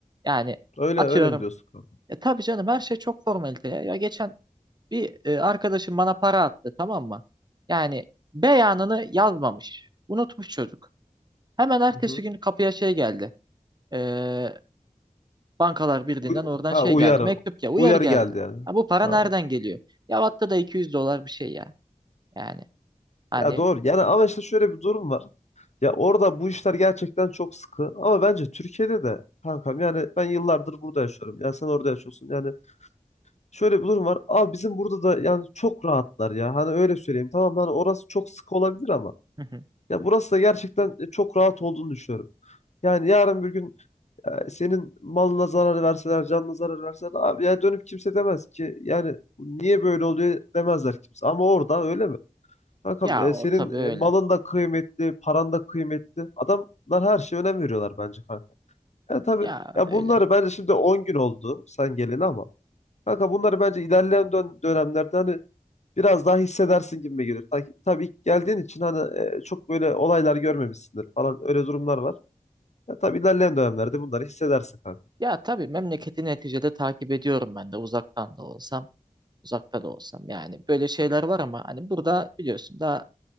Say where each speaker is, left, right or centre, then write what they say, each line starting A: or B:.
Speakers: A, on the right; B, on the left.
A: Yani
B: Öyle
A: atıyorum
B: öyle mi diyorsun kanka?
A: Ya tabii canım her şey çok formalite ya. Ya geçen bir e, arkadaşım bana para attı tamam mı? Yani beyanını yazmamış. Unutmuş çocuk. Hemen ertesi
B: Hı hı.
A: gün kapıya şey geldi. E, Bankalar Birliği'nden
B: Uy-
A: oradan
B: ha
A: şey
B: uyarı.
A: geldi. Mektup ya uyarı
B: Uyarı
A: geldi.
B: geldi yani.
A: Ha, bu para
B: Ha,
A: nereden geliyor? Ya hatta da 200 dolar bir şey ya. Yani hani
B: ya doğru. Yani ama işte şöyle bir durum var. Ya orada bu işler gerçekten çok sıkı. Ama bence Türkiye'de de kankam yani ben yıllardır burada yaşıyorum. Ya sen orada yaşıyorsun. Yani şöyle bir durum var. Abi bizim burada da yani çok rahatlar ya. Hani öyle söyleyeyim. Tamam hani orası çok sıkı olabilir ama
A: <laughs>
B: ya burası da gerçekten e, çok rahat olduğunu düşünüyorum. Yani yarın bir gün e, senin malına zarar verseler, canına zarar verseler abi ya dönüp kimse demez ki yani niye böyle oluyor demezler kimse. Ama orada öyle mi? Kankam
A: ya
B: e,
A: o
B: senin
A: tabii öyle.
B: e, malın da kıymetli, paran da kıymetli. Adamlar her şeye önem veriyorlar bence kanka. Yani tabii
A: Ya
B: ya
A: öyle.
B: bunları bence şimdi 10 gün oldu sen geleli ama Kanka bunları bence ilerleyen dön- dönemlerde hani biraz daha hissedersin gibi gelir. Ta- Tabii ilk geldiğin için hani e, çok böyle olaylar görmemişsindir falan öyle durumlar var. Ya, tabii ilerleyen dönemlerde bunları hissedersin kanka.
A: Ya tabii memleketi neticede takip ediyorum ben de uzaktan da olsam, uzakta da olsam. Yani böyle şeyler var ama hani burada biliyorsun daha